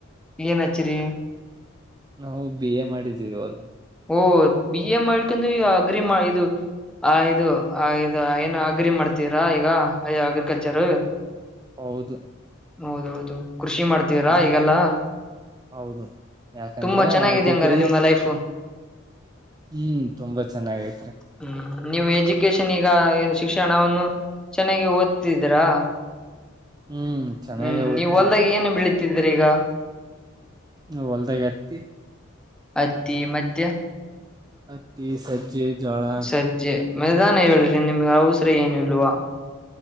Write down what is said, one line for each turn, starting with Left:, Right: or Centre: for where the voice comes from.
Centre: ಏನ್ ಹಚ್ಚಿರಿ
Right: ನಾವು ಬಿ ಎ ಮಾಡಿದ್ವಿ ಅವಲ್ಲ
Centre: ಓಹ ಬಿ ಎ ಮಾಡ್ಕೊಂಡ ಈ ಅಗ್ರಿ ಮಾಡ ಇದು ಆ ಇದು ಇ ಏನ ಅಗ್ರಿ ಮಾಡ್ತೀರಾ ಈಗ ಅಯ ಆಗ್ರಿಕಲ್ಚರ್
Right: ಹೌದು
Centre: ಹೌದೌದು ಕೃಷಿ ಮಾಡ್ತೀವರಾ
Right: ಹ
Centre: ಈಗೆಲ್ಲ
Right: ಹೌದು ಯಾಕಂದ್ರೆ
Centre: ತುಂಬಾ ಚೆನ್ನಾಗಿದೆ
Right: ಆ ಡಿಗ್ರಿ
Centre: ಹಂಗಾರೆ ನಿಮ್ಮ ಲೈಫು
Right: ಹ್ಮ್ ತುಂಬಾ ಚೆನ್ನಾಗೈತಿ
Centre: ಹ್ಮ್ ನೀವು ಎಜುಕೇಶನ್ ಈಗ ಶಿಕ್ಷಣವನ್ನು ಚೆನ್ನಾಗಿ ಓದ್ತಿದ್ರಾ
Right: ಹ್ಮ್ ಚೆನ್ನಾಗ
Centre: ಹ್ಮ್
Right: ಓದ್ತಿವಿ
Centre: ನೀವು ಹೊಲ್ದಾಗ ಏನು ಬೆಳತಿ ದ್ರೀಗ
Right: ಹ ಹೊಲದಾಗತ್ತಿ
Centre: ಅತ್ತಿ ಮತ್ತೆ
Right: ಅತಿ ಸಜ್ಜೆ ಜೋಳ
Centre: ಸಜ್ಜೆ ನಿದಾನ ಹೇಳ್ರಿ ನಿಮ್ಗೆ ಅವಸರ ಏನು ಇಲ್ವಾ